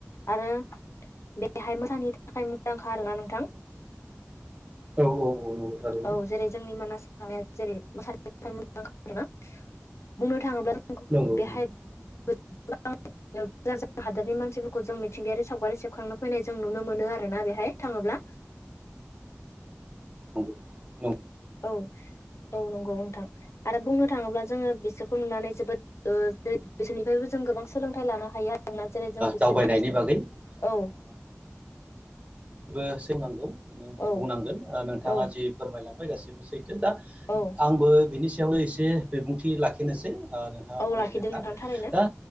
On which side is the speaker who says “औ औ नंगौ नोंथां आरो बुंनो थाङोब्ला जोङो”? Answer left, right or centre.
Left